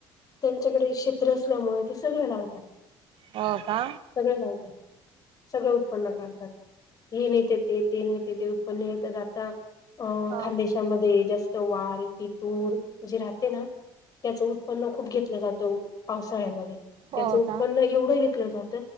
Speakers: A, on the left; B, on the right.
A: त्यांच्याकडे क्षेत्र असल्यामुळे ते सगळे लावतात
B: हो का?
A: सगळं लावतात. सगळं उत्पन्न काढतात. हे नाहित ते नाहीत ते उत्पन्न येत आता अ
B: हा
A: खानदेशामध्ये जास् <unintelligible> ती तुर जी राहते ना? त्याच उत्पन्न खूप घेतलं जातं पावसाळ्यामध्ये,
B: हो
A: त्याच उत्पन्न
B: का
A: एवढं घेतलं जात